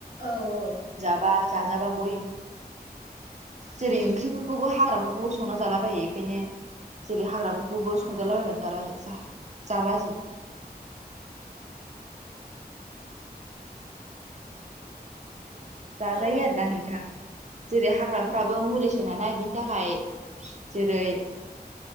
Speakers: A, on the left; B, on the right.
A: औ औ
B: माबा जाजाबा बयबो जेरै ओंख्रिफोरखौबो हाग्राफोरखौबो संना जालाबायो बेखायनो जेरै हाग्राफोरखौबो संजालाबायानो जाला जाला जोब <unintelligible> जाजायो
A: औ
B: आरोना नोंथां जेरै हाग्राफ्राबो मुलिसो नालाय बिनि थाखाय जेरै